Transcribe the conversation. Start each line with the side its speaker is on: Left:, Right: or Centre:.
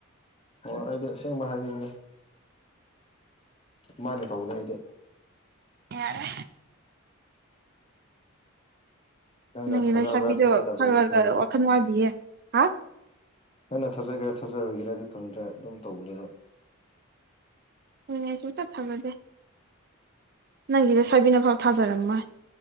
Left: ꯍꯣꯏ ꯑꯩꯗꯤ ꯑꯁꯦꯡꯕ ꯍꯥꯏꯕꯤꯔꯤꯅꯦ ꯃꯥꯅꯦ ꯇꯧꯅꯦ ꯑꯩꯗꯤ
Right: ꯌꯥꯔꯦ
Left: ꯅꯪꯅ
Right: ꯅꯪ
Left: ꯊꯥꯖꯕ꯭ꯔꯥ
Right: ꯂꯩꯁꯥꯕꯤꯗꯣ
Left: ꯊꯥꯖꯗꯕ꯭ꯔꯗꯤ
Right: ꯈꯔ
Left: ꯈꯪꯗ꯭ꯔꯦ
Right: ꯈ ꯋꯥꯈꯜ ꯋꯥꯕꯤꯌꯦ ꯍꯥ
Left: ꯅꯪꯅ ꯊꯥꯖꯒꯦꯔꯥ ꯊꯥꯖꯔꯣꯏꯒꯦꯔꯗꯤ ꯈꯪꯗ꯭ꯔꯦ ꯑꯗꯨꯝ ꯇꯧꯕꯅꯦꯕ
Right: ꯍꯅꯦꯁꯨꯨꯝ ꯆꯠꯊꯕꯗꯦ ꯅꯪꯒꯤꯗ ꯆꯥꯏꯕꯤꯅꯐꯥꯎ ꯊꯥꯖꯔꯝꯃꯣꯏ